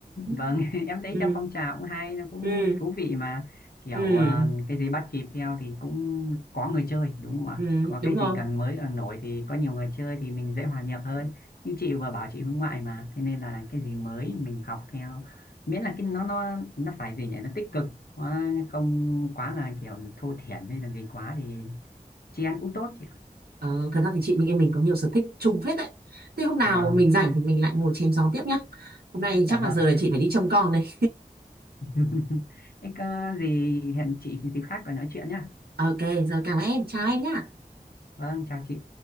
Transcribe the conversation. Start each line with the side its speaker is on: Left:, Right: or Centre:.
Right: <laughs>
Left: vâng <laughs> em thấy
Right: ừ
Left: trong phong trào cũng hay nó cũng
Right: ừ
Left: thú vị mà kiểu
Right: ừ
Left: ờ, cái gì bắt kịp theo thì cũng có người chơi đúng không ạ
Right: ừ
Left: có
Right: đúng
Left: cái
Right: rồi
Left: gì càng mới càng nổi thì có nhiều người chơi thì mình dễ hòa nhập hơn như chị vừa bảo chị hướng ngoại mà thế nên là cái gì mới mình học theo miễn là cái nó nó nó phải gì nhỉ nó tích cực quá không quá là kiểu thô thiển hay là gì quá thì chị ăn cũng tốt chị ạ
Right: ờ, thật ra thì chị mình em mình có nhiều sở thích chung phết đấy thế hôm nào
Left: vâng
Right: mình rảnh thì mình lại ngồi chém gió tiếp nhá hôm nay
Left: dạ
Right: chắc
Left: vâng
Right: là giờ là chị phải đi trông con đây
Left: <laughs> em có gì hẹn chị dịp khác để nói chuyện nhá
Right: ok giờ cảm ơn em chào em nhá
Left: vâng chào chị